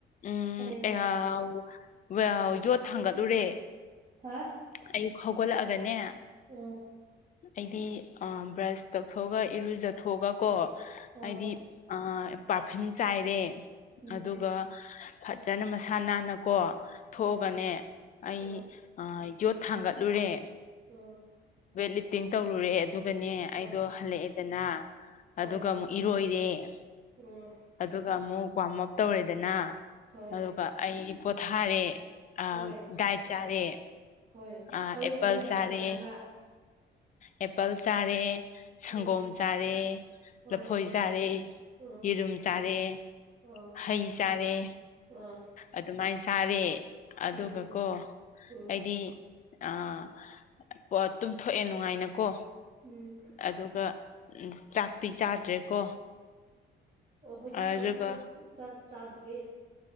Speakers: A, on the left (about 40°); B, on the right (about 35°).
A: ꯎꯝ
B: ꯑꯗꯨꯗ
A: <unintelligible> <unintelligible> ꯌꯣꯠ ꯊꯥꯡꯒꯠꯂꯨꯔꯦ
B: ꯍꯥ
A: ꯑꯌꯨꯛ ꯍꯧꯒꯠꯂꯛꯑꯒꯅꯦ
B: ꯎꯝ
A: ꯑꯩꯗꯤ ꯑꯥ ꯕ꯭ꯔꯁ ꯇꯧꯊꯣꯛꯑꯒ ꯏꯔꯨꯖꯊꯣꯛꯑꯒꯀꯣ
B: ꯍꯣꯏ
A: ꯑꯩꯗꯤ ꯄꯥꯔꯐꯤꯝ ꯆꯥꯏꯔꯦ
B: ꯎꯝ
A: ꯑꯗꯨꯒ ꯐꯖꯅ ꯃꯁꯥ ꯅꯥꯟꯅꯀꯣ ꯊꯣꯛꯑꯒꯅꯦ
B: ꯍꯣꯏ
A: ꯑꯩ
B: ꯎꯝ
A: ꯑ ꯌꯣꯠ ꯊꯥꯡꯒꯠꯂꯨꯔꯦ
B: ꯎꯝ
A: ꯋꯦꯠ ꯂꯤꯞꯇꯤꯡ ꯇꯧꯔꯨꯔꯦ ꯑꯗꯨꯒꯅꯦ
B: ꯍꯣꯏ
A: ꯑꯩꯗꯣ ꯍꯜꯂꯛꯑꯦꯗꯅ
B: ꯍꯣꯏ
A: ꯑꯗꯨꯒ ꯑꯃꯨꯛ ꯏꯔꯣꯏꯔꯦ ꯑ
B: ꯎꯝ
A: ꯑꯗꯨꯒ ꯑꯃꯨꯛ ꯋꯥꯝꯑꯞ ꯇꯧꯔꯦꯗꯅ
B: ꯍꯣꯏ
A: ꯑꯗꯨꯒ ꯑꯩ ꯄꯣꯊꯥꯔꯦ ꯑꯥ
B: ꯍꯣꯏ
A: ꯗꯥꯏꯠ ꯆꯥꯔꯦ
B: ꯍꯣꯏ
A: ꯑꯥ
B: ꯀꯔꯤ
A: ꯑꯦꯄꯜ
B: ꯀꯔꯤꯅ
A: ꯆꯥꯔꯦ
B: ꯗꯥꯏꯠ ꯆꯥꯕ꯭ꯔꯥ
A: ꯑꯦꯄꯜ ꯆꯥꯔꯦ ꯁꯪꯒꯣꯝ
B: ꯍꯣꯏ
A: ꯆꯥꯔꯦ
B: ꯍꯣꯏ
A: ꯂꯐꯣꯏ ꯆꯥꯔꯦ
B: ꯎꯝ
A: ꯌꯦꯔꯨꯝ ꯆꯥꯔꯦ
B: ꯑꯣ
A: ꯍꯩ ꯆꯥꯔꯦ
B: ꯑꯥ
A: ꯑꯗꯨꯃꯥꯏ ꯆꯥꯔꯦ ꯑꯗꯨꯒꯀꯣ
B: ꯎꯝ ꯎꯝ
A: ꯑꯩꯗꯤ ꯑꯥ <unintelligible> ꯇꯨꯝꯊꯣꯛꯑꯦ ꯅꯨꯡꯉꯥꯏꯅꯀꯣ
B: ꯎꯝ
A: ꯑꯗꯨꯒ ꯆꯥꯛꯇꯤ ꯆꯥꯗ꯭ꯔꯦꯀꯣ
B: ꯑꯣ ꯍꯧꯖꯤꯛ
A: ꯑꯗꯨꯒ
B: ꯐꯥꯎꯁꯤ ꯆꯥꯛ ꯆ ꯆꯥꯗꯔꯤ